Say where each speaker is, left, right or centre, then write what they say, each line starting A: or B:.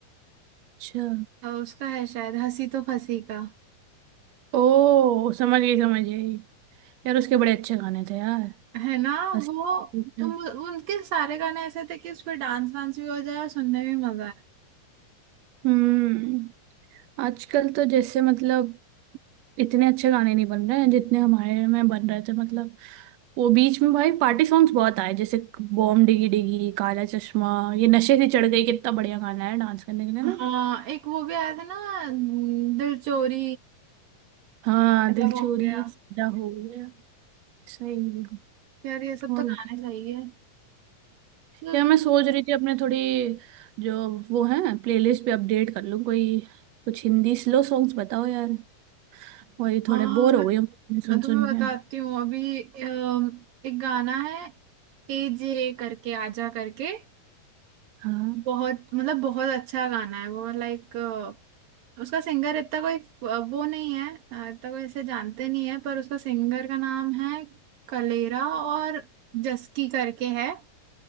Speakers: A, on the right (about 70°); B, on the right (about 80°).
A: अच्छा
B: अ, उसका है शायद हंसी तो फंसी का
A: ओ समझ गई समझ गई यार उसके बड़े अच्छे गाने थे यार
B: है ना
A: हंसी-
B: वो
A: आती थी।
B: तुम उनके सारे गाने ऐसे थे कि उस पे डांस वांस भी हो जाए और सुनने में भी मजा
A: हम्म आजकल तो जैसे मतलब इतने अच्छे गाने नहीं बन रहे हैं जितने हमारे में बन रहे थे मतलब वो बीच में भाई पार्टी सॉन्ग्स बहुत आए जैसे बॉम डिगी डिगी काला चश्मा ये नशे से चढ़ गई कितना बढ़िया गाना है डांस करने के लिए ना
B: हाँ एक वो भी आया था ना हम्म, दिल चोरी
A: हाँ
B: अदा
A: दिल
B: हो
A: चोरी
B: गया
A: सदा हो गया सही है।
B: यार ये सब
A: और
B: तो
A: बता-
B: गाने सही है तो
A: यार मैं सोच रही थी अपने थोड़ी जो वो है प्लेलिस्ट पे अपडेट कर लूँ कोई कुछ हिंदी स्लो सॉन्ग्स बताओ यार वही
B: हाँ
A: थोड़े बोर
B: मैं
A: हो गई हूँ सुन
B: मैं तुम्हें
A: सुन के
B: बताती हूँ अभी अम, एक गाना है ए जे करके आजा करके
A: हाँ
B: बहुत मतलब बहुत अच्छा गाना है वो लाइक उसका सिंगर इतना कोई अ, वो नहीं है अ, इतना कोई इसे जानते नहीं है पर उसका सिंगर का नाम है कलेरा और जस्की करके है